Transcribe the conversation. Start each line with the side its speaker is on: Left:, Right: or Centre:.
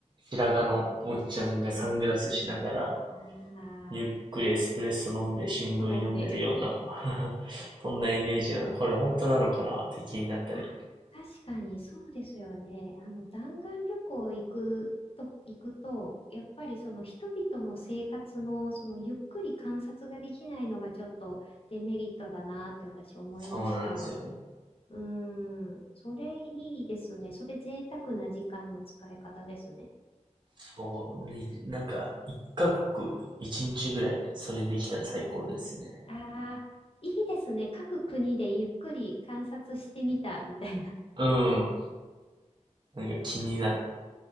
Right: 白髪のおっちゃんがサングラスしながら
Left: うん。うんああ、
Right: ゆっくりエスプレッソ飲んで新聞読んでるような
Left: 飲んで。
Right: <laughs> そんなイメージなの。これ本当なのかなって気になったり。
Left: あ、確かにそうですよね。あの、弾丸旅行行くと、行くと、やっぱりその人々の生活の、そのゆっくり観察ができないのがちょっとデメリットだなって私思いました。
Right: そうなんですよ。
Left: うーん、それいいですね。それ贅沢な時間の使い方ですね。
Right: そう、ね、なんか一カ国一日ぐらいそれできたら最高ですね。
Left: ああ、いいですね。各国でゆっくり観察してみたみたいな。
Right: うん。なんか気になる。
Left: あ、